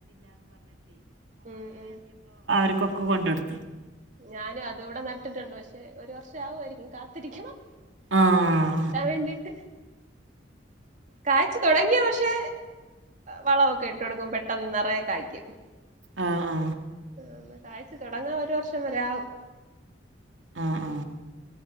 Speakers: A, on the right; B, on the right.
A: ഉം ഉം
B: ഒകെ കോണ്ടെടുത്ത
A: ഞാൻ അതിവിടെ നട്ടിട്ടുണ്ട് പക്ഷേ ഒരു വർഷം ആകുവരിക്കും കാത്തിരിക്കണം
B: ആഹ്
A: അ എന്നിട്ട് കാഴ്ച്ച തോടങ്ങിയ പക്ഷെ വളവൊക്കെ ഇട്ട് കൊടുകക്കും പെട്ടെന്ന് നിറയെ കായ്ക്കും
B: ആ ആ
A: അന്നാ കായിച്ച് തുടങ്ങാൻ ഒരു വർഷം വരെ ആകും
B: ആ ആ